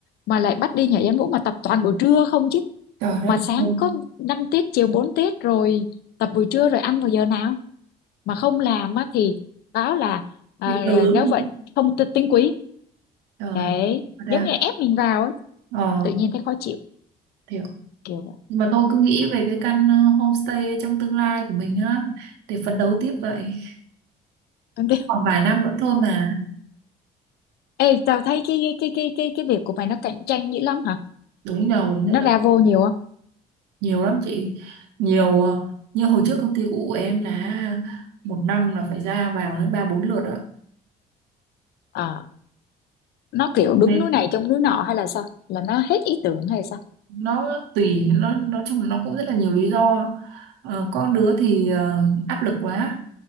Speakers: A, on the left; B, on the right.
A: mà lại bắt đi nhảy danh vũ mà tập toàn buổi trưa không chứ
B: trời
A: mà
B: đất
A: sáng
B: ơi
A: có năm tiết chiều 4 tiết rồi tập buổi trưa rồi ăn vào giờ nào mà không làm á thì báo là à,
B: bị trừ đúng
A: nếu vậy
B: không?
A: không tinh quý
B: trời
A: đấy
B: ra
A: giống như ép mình vào á
B: ờ
A: tự nhiên thấy khó chịu
B: thì
A: kiểu
B: Nhưng mà thôi cứ nghĩ về cái căn ờ, homestay trong tương lai của mình á để phấn đấu tiếp vậy.
A: vậy.
B: Khoảng vài năm nữa thôi mà.
A: Ê, tao thấy cái cái cái cái cái việc của mày nó cạnh tranh dữ lắm hả?
B: Đúng rồi,
A: Nó
B: rất là
A: ra vô nhiều không?
B: nhiều lắm chị. Nhiều ờ, như hồi trước công ty cũ của em là một năm là phải ra vào đến ba bốn lượt đó.
A: Ờ, nó kiểu đứng
B: Nên
A: núi này trông núi nọ hay là sao? Là nó hết ý tưởng hay sao?
B: nó tùy nó nói chung là nó cũng rất là nhiều lý do. Ờ, có đứa thì ờ, áp lực quá,